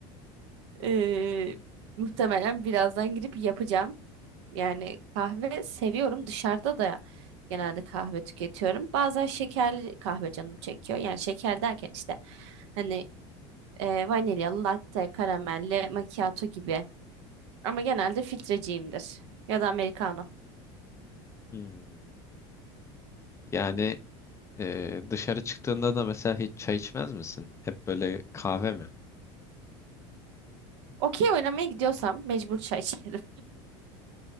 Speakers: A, on the right; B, on the left.
A: Ee, muhtemelen birazdan girip yapacağım. Yani kahve seviyorum. Dışarıda da genelde kahve tüketiyorum. Bazen şekerli kahve canım çekiyor. Yani şeker derken işte hani e, vanilyalı, latte, karamelli, macchiato gibi. Ama genelde filtreciyimdir. Ya da americano.
B: Hmm. Yani e, dışarı çıktığında da mesela hiç çay içmez misin? Hep böyle kahve mi?
A: Okey oynamaya gidiyorsam mecbur çay içerim.